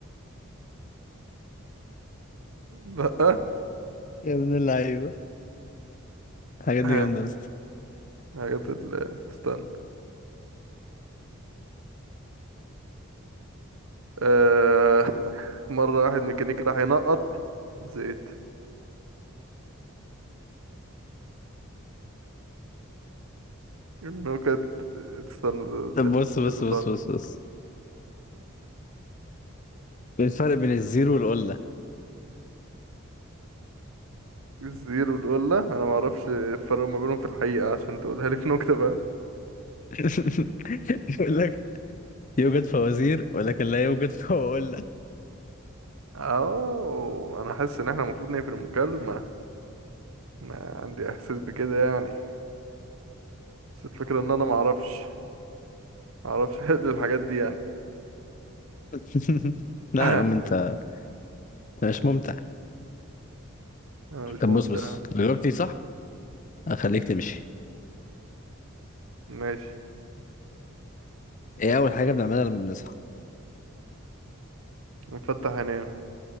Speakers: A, on the right; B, on the left.
A: لأ
B: يا ابن اللعيبة الحاجات
A: <laughs>
B: دي جامدة بس
A: حاجات ال- استنى آه، مرة واحد ميكانيكي راح ينقط زيت النكت استنى ده
B: طب
A: ده
B: بص
A: ناس
B: بص
A: كده
B: بص بص بص إيه الفرق بين الزيرو والقلة
A: الزير والولا انا ما اعرفش الفرق ما بينهم في الحقيقة عشان تقولها لي في نكتة بقى
B: <laughs> يقول لك يوجد فوازير ولكن لا يوجد فوازير
A: اه انا حاسس ان احنا المفروض نقفل المكالمة انا عندي احساس بكده يعني بس الفكرة ان انا ما اعرفش ما اعرفش <laughs> احل الحاجات دي يعني
B: <laughs>
A: <clears throat>
B: لا
A: <coughs>
B: يا عم انت انت مش ممتع
A: انا مش
B: طب
A: ممتع
B: بص بص لو جاوبتي صح هخليك تمشي
A: ماشي
B: ايه اول حاجه بنعملها لما بنصحى
A: نفتح عينينا